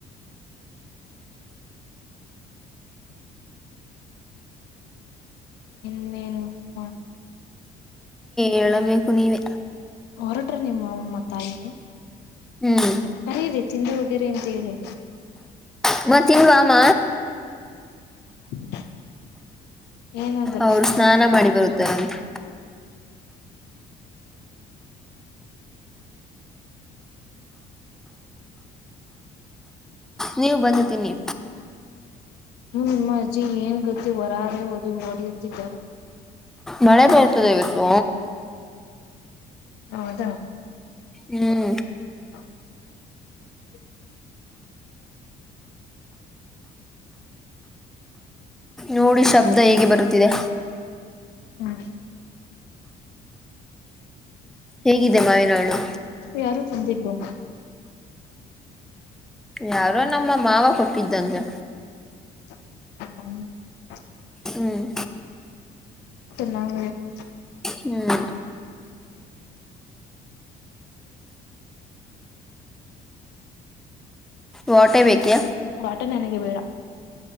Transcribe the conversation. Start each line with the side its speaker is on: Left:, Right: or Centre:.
Left: ಇನ್ನೇನು ಸಮಾಚಾರ
Centre: ಹೇಳಬೇಕು ನೀವೇ
Left: ಹೊರಟ್ರ ನಿಮ್ಮಮ್ಮ ತಾಯಿ
Centre: ಹ್ಮ್
Left: ಕರೀರಿ ತಿಂದು ಹೋಗಿರಿ ಅಂತ ಹೇಳಿ
Centre: ಅಮ್ಮ ತಿನ್ನು ಬಾ ಅಮ್ಮ
Left: <inaudible> ಏನಂದ್ರು
Centre: ಅವರು ಸ್ನಾನ ಮಾಡಿ ಬರುತ್ತಾರಂತೆ. ನೀವು ಬನ್ನಿ ತಿನ್ನಿ
Left: ಹ್ಮ್ಮ್ ನಿಮ್ಮ ಅಜ್ಜಿ ಏನ್ ಗೊತ್ತ ಹೊರಗಡೆ ಹೋಗಿ ಹೊಡಿಯುತ್ತಿದಾರೆ
Centre: ಮಳೆ ಬರ್ತದೆ ಇವತ್ತು
Left: ಹೌದ
Centre: ಹ್ಮ್
Left: <inaudible>
Centre: ನೋಡಿ ಶಬ್ದ ಹೇಗೆ ಬರುತ್ತಿದೆ
Left: ಹ್ಮ್
Centre: ಹೇಗಿದೆ ಮಾವಿನಹಣ್ಣು
Left: ಯಾರು ತಂದಿದ್ದು
Centre: ಯಾರೋ ನಮ್ಮ ಮಾವ ಕೊಟ್ಟಿದ್ದಂತೆ
Left: <inaudible>
Centre: ಹ್ಮ್
Left: ತಿನ್ನಗೆ ಆಯ್ತು
Centre: ಹ್ಮ್ ವಾಟೆ ಬೇಕೆ
Left: ವಾಟೆ ನನಗೆ ಬೇಡ